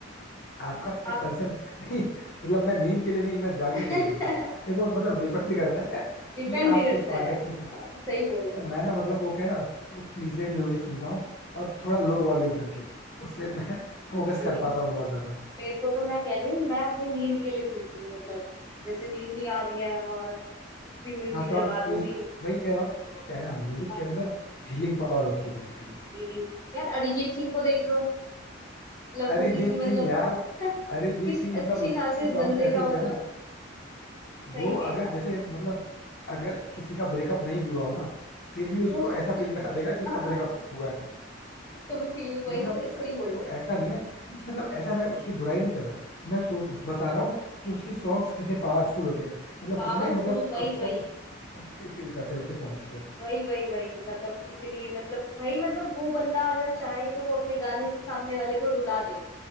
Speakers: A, on the left (about 55°); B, on the left (about 15°).
A: आपका
B: आप
A: कंसर्न <laughs> नहीं मतलब मैं नींद के लिए नहीं मैं जागने
B: <laughs>
A: के लिए सुनता हूँ देखो मतलब डिपेंड करता है
B: डिपेंड
A: कि आप
B: करता
A: किस कॉन्टेक्स्ट
B: है
A: में
B: हाँ सही बोल रहे हो
A: मैं ना मतलब वो क्या है ना वो प्लीजेंट म्यूजिक सुनता हूँ और थोड़ा लो वॉल्यूम करके उससे मैं <laughs> फोकस
B: नींद
A: कर पाता हूँ बहुत ज्यादा
B: मेरे को तो मैं कह रही हूँ मैं अपनी नींद के लिए सुनती हूँ मतलब जैसे नींद नहीं आ रही है और कुछ भी म्यूजिक
A: हाँ तो
B: लगा
A: आप म्यूजिक
B: दूंगी
A: वही कह रहा हूँ ना देखो क्या है ना म्यूजिक
B: हाँ
A: के अंदर हीलिंग पावर होती है बेसिकली
B: रीडिंग यार अरिजीत सिंह को देख लो मतलब
A: अरिजीत
B: वो किसी मतलब
A: सिंह यार
B: <laughs>
A: अरिजीत
B: किसी
A: सिंह
B: अच्छे
A: मतलब उसकी
B: खासे
A: सॉन्ग्स
B: बंदे
A: ऐसे
B: का
A: होते
B: मतलब
A: हैं ना
B: सही
A: वो
B: में
A: अगर
B: यार
A: जैसे मतलब अगर किसी का ब्रेकअप नहीं भी हुआ हो ना फिर भी
B: वो
A: उसको
B: उसको
A: ऐसा फील करा देगा कि उसका
B: <laughs>
A: ब्रेकअप हुआ है
B: उसको भी फील वही
A: मतलब
B: सही, सही
A: देखो
B: बोल रहे हो
A: ऐसा नहीं है नहीं, मतलब ऐसा मैं उसकी बुराई नहीं कर रहा मैं सोच उस- बता रहा हूँ कि उसके सॉन्ग्स कितने पावरफुल होते हैं मतलब
B: पावरफुल
A: कितने मतलब
B: वही
A: उससे
B: वही
A: हम कनेक्टेड फील करते हैं उसके सॉन्ग से
B: वही वही वही मतलब कितनी मतलब भाई मतलब वो बंदा अगर चाहे तो वो अपने गाने से सामने वाले को रुला दे